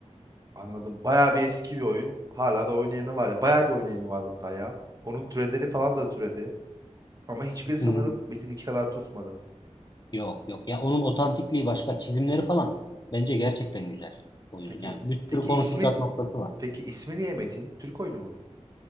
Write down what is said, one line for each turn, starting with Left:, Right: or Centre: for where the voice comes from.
Right: Anladım. Bayağı bir eski bir oyun. Hala da oynayanı var. ya. Bayağı bir oynayanı var hatta ya. Onun türeleri falan da türedi. Ama hiçbiri
Left: <laughs>
Right: sanırım Metin iki kadar tutmadı.
Left: Yok yok. Ya onun otantikliği başka. Çizimleri falan bence gerçekten güzel oyunun.
Right: Peki
Left: Yani bir
Right: peki
Left: sürü konuşulacak
Right: ismin
Left: noktası var.
Right: peki ismi niye Metin? Türk oyunu mu?